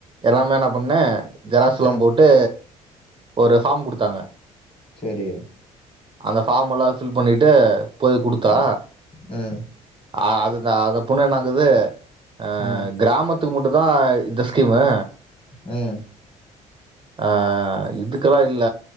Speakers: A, on the right; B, on the left.
A: எல்லாமே நா பண்ணே ஜெராசுலாம்
B: ம்.
A: போ ட்டு ஒரு ஃபார்ம் குடுத்தாங்க
B: சேரி
A: அந்த ஃபார்முலா ஃபில் பண்ணிட்டு போய் குடுத்தா
B: ம், ம்,
A: ஆ அதுதா அது பொண்ணு என்னாங்குது ஆ
B: ம்,
A: கிராமத்து துமுட்டதாய் இந்த ஸ்கீம்மு
B: ம்
A: ஆ இதுக்கெல்லா இல்ல